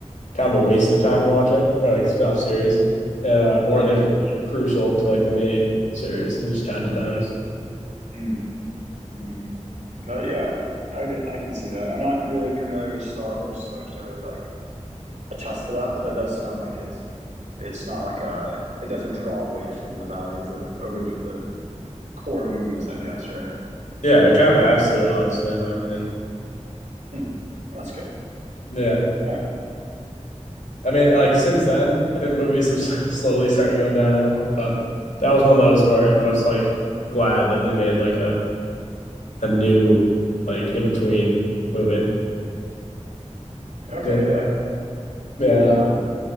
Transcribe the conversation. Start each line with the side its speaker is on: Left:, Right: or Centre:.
Left: kind of a waste of time watching or like spin-off series. Uh, or
Right: yeah.
Left: they could be like, crucial to like the main series and it just kind of depends.
Right: Mm. Mm-hmm. Oh yeah, I c- I can see that. I'm not really familiar with Star Wars, so I can't really like attest to that. But that does sound like it's it's not like a it doesn't draw away from the value of the original the core movies, I guess, right?
Left: Yeah, it kind of adds to it honestly in my opinion.
Right: Hmm. That's good.
Left: Yeah.
Right: Yeah.
Left: I mean, like since then, I think the movies have <laughs> slowly started going downhill, but that was one of those where I was like glad that they made like a a new like in between movie.
Right: Okay.
Left: Yeah.
Right: Yeah,
Left: Yeah.
Right: that can work.